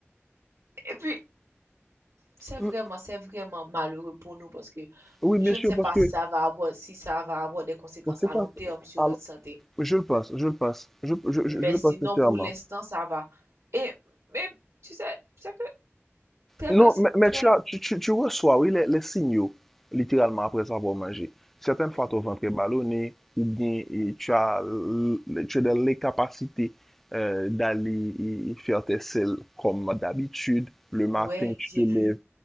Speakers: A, on the right; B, in the centre.
A: Et puis, c'est
B: mm,
A: vraiment, c'est vraiment malheureux pour nous parce que
B: oui,
A: je
B: bien sûr,
A: ne sais
B: parce
A: pas
B: que,
A: si ça va avoir, si ça va avoir des conséquences
B: parce que
A: à
B: quand,
A: long terme sur
B: alors,
A: notre santé.
B: je le pense, je le pense, je, je,
A: Mais
B: je, je le
A: sinon,
B: pense sincèrement.
A: pour l'instant, ça va. Et, mais, tu sais, c'est que très,
B: Non,
A: personne-
B: mais, mais
A: très,
B: tu as, tu, tu, tu reçois, oui, les, les signaux, littéralement, après avoir mangé. Certaines fois,
A: Mhm.
B: ton ventre est ballonné, ou bien et tu as, l- tu as de- les capacités euh, d'aller et- et faire tes selles comme d'habitude. Le matin,
A: ouais,
B: tu
A: j'ai
B: te lèves,
A: vu,